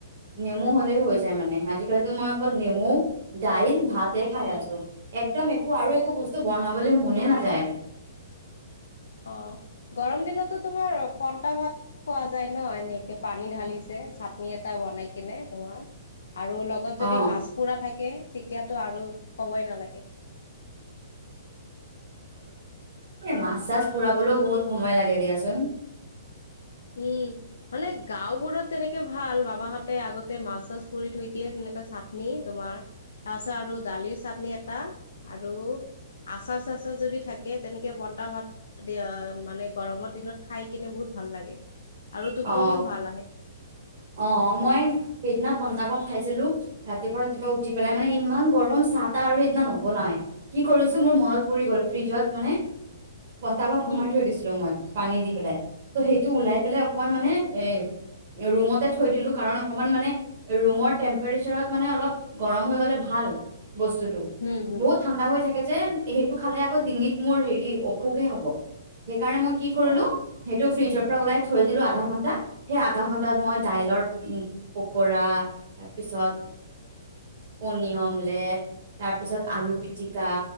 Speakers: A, on the right; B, on the left.
A: নেমু হ'লে হৈ যায় মানে আজিকালিতো মই অকল নেমু দাইল ভাতে খাই
B: উম।
A: আছো এক একদম একো আৰু একো বস্তু বনাবলৈ মনে নাযায়।
B: অ গৰম দিনতো তোমাৰ পটা ভাত খোৱা যায় ন এনেকে পানী ঢালি? চাটনি এটা বনাই কিনে তোমাৰ- আৰু লগত যদি
A: অ
B: মাছ পোৰা থাকে তেতিয়াতটো আৰু কবই নালাগে।
A: এ মাছ চাছ পোৰাবলও বহুত সময় লাগে দিয়াচোন।
B: উম মানে গাওবোৰত তেনেকে ভাল বাবাহঁতে আগতে মাছ চাছ পৰি থৈ দিয়ে তে এ চাটনি তোমাৰ তাৰপিছত আৰু দালিৰ চাটনি এটা আৰু আচাৰ চাচাৰ যদি থাকে তেনেকে বন্তা ভাত দ মানে গৰমৰ দিনত খাই কিনে বহুত <unintelligible> ভাল লাগে। আৰু টোপনিও
A: অ,
B: ভাল আহে
A: অ, মই সেইদিনা পইতাভাত খাইছিলোঁ ৰাতিপুৱা। ৰাতিপুৱা উঠি পেলাই,
B: উম
A: মানে ইমান গৰম চাহ- তাহ আৰু সেইদিনা নৱনাওয়ে। কি কৰিছ মোৰ মনত পৰি
B: উম
A: গ'ল, ফ্ৰিজত মানে কন্টা ভাত
B: হম
A: সোমাই থৈ দিছিলো মই পানী দি পেলাই ত' সেইটো ওলাই পেলাই অকমান মানে এ ৰুমতে থৈ দিলো কাৰণ অকমান মানে ৰুমৰ টেম্পৰেচাৰত মানে অলপ গৰম হৈ গলে ভাল। বস্তুতটো
B: হম হম।
A: বহুত ঠাণ্ডা হৈ থাকে যে। সেইটো খালে আকৌ ডিঙিত মোৰ হেৰি অসুখে হ'ব। সেইকাৰণে মই কি কৰিলো
B: অ
A: সেইটো ফ্ৰিজৰ পৰা ওলাই থৈ আধা ঘণ্টা, সেই আধা ঘণ্টাত মই দাইলৰ পকৰা তাৰ পিছত কনী অমলেট তাৰ পিছত আলু পিটিকা